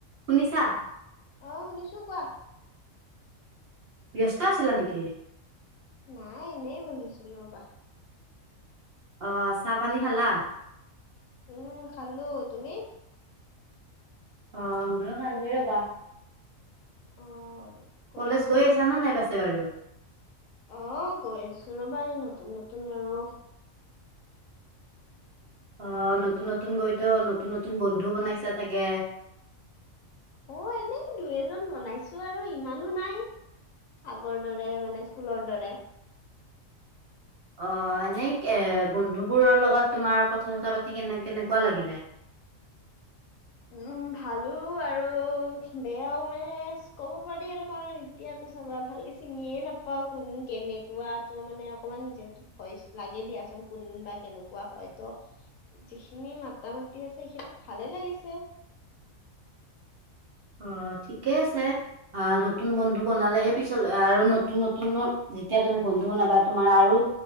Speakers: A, on the right; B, on the left.
A: শুনিছা
B: অহ শুনিছোঁ কোৱা
A: ব্যস্ত আছিলা নেকি?
B: নাই এনেই বহিছিলো ৰবা
A: অহ চাহ পানী খালা?
B: উম খালো। তুমি?
A: অ ময়ো খালোৱে ৰবা
B: অ কোৱাচোন
A: কলেজ গৈ আছা না নাই পাছে বাৰু?
B: অহ গৈ আছো ৰ'বা এই নতুন নতুন আৰু
A: অহ নতুন নতুন গৈতো নতুন নতুন বন্ধু বনাইছা চাগে
B: অ এনেই দুই এজন বনাইছো আৰু ইমানো নাই। আগৰ দৰে, মানে স্কুলৰ দৰে
A: অ এনেই এ বন্ধুবোৰৰ লগত তোমাৰ কথা চথা পাতি কেনে কেনেকুৱা লাগিলে <inaudible>
B: উম ভালো আৰু বেয়াও মানে ক'ব পাৰী আৰু কাৰণ এতিয়া চাবা ভালকে চিনিয়ে নেপাওঁ কোন কেনেকুৱা ত মানে অকমান যিহেতু ভয় লাগেই দিয়া চোন কোন বা কেনেকুৱা হয় ত যিখিনি মাতা মাতি আছে সেইখিনি ভালে লাগিছে <unintelligible>
A: অ ঠিকে আছে, অ নতুন বন্ধু বনালেহে পিছলৈ আৰু নতুন নতুন যেতিয়া তুমি বন্ধু বনবা তোমাৰ আৰু